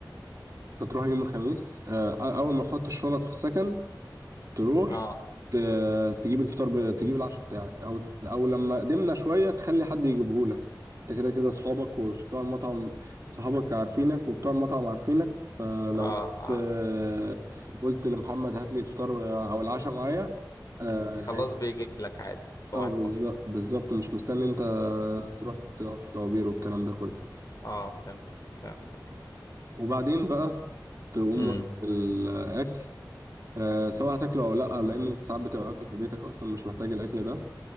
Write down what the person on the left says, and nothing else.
مم.
اه
اه اه
خلاص
بيجيب لك عادي صباح
الفل
اه فهمتك فهمتك
امم